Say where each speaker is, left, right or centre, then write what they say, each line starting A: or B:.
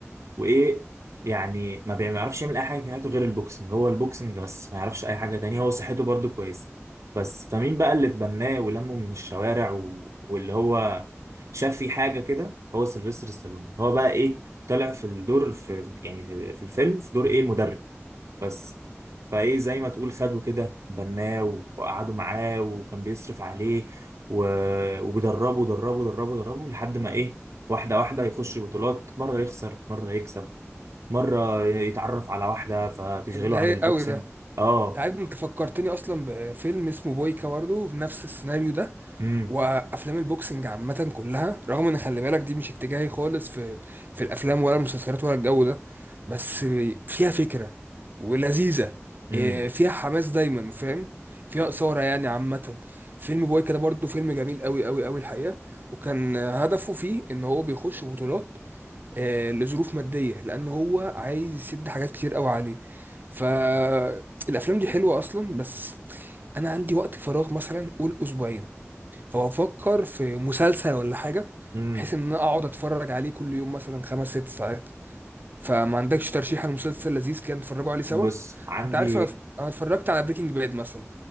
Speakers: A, on the right; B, on the right.
A: وايه يعني ما بيعرفش يعمل اي حاجه في حياته غير البوكسنج هو البوكسنج بس ما يعرفش اي حاجه تانية هو صحته برضو كويسه بس فمين بقى اللي اتبناه ولمه من الشوارع و... واللي هو شاف فيه حاجه كده هو سيلفستر ستالون هو بقى ايه طلع في الدور في يعني في في الفيلم في دور ايه المدرب بس فايه زي ما تقول خده كده بناه وقعدوا معاه وكان بيصرف عليه و... وبيدربه دربه دربه دربه لحد ما ايه واحدة واحدة يخش بطولات مرة يخسر مرة يكسب مرة يتعرف على واحدة فتشغله
B: طب ده
A: عن
B: رايق
A: البوكسنج
B: قوي ده
A: اه
B: انت عارف انت فكرتني اصلا بفيلم اسمه بويكا برضه في نفس السيناريو ده
A: امم
B: وافلام البوكسنج عامه كلها رغم ان خلي بالك دي مش اتجاهي خالص في في الافلام ولا المسلسلات ولا الجو ده بس فيها فكره ولذيذه
A: امم
B: إيه، فيها حماس دايما فاهم فيها اثاره يعني عامه فيلم بويكا ده برضه فيلم جميل قوي قوي قوي الحقيقه وكان هدفه فيه ان هو بيخش بطولات آه، لظروف ماديه لان هو عايز يسد حاجات كتير قوي عليه فالافلام دي حلوه اصلا بس انا عندي وقت فراغ مثلا قول اسبوعين فبفكر في مسلسل ولا حاجة
A: امم
B: بحيث ان انا اقعد اتفرج عليه كل يوم مثلا خمس ست ساعات فما عندكش ترشيح لمسلسل لذيذ كان نتفرجوا عليه سوا
A: بص عندي
B: انت عارف انا أنا اتفرجت على بريكنج باد مثلا